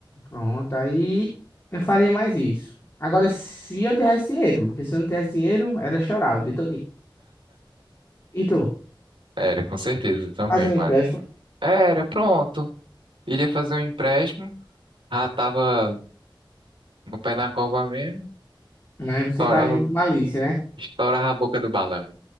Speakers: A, on the left (about 30°); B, on the right (about 75°).
A: Pronto, aí eu faria mais isso. Agora, se eu tivesse dinheiro, porque se eu não tivesse dinheiro, era chorar o dia todinho. E tu?
B: Era, com certeza também,
A: Fazia um
B: mano.
A: empréstimo,
B: Era, pronto. Iria fazer um empréstimo, já tava no pé na cova mesmo,
A: mas você
B: estourava,
A: tá agindo com malícia, né?
B: estourava a boca do balão.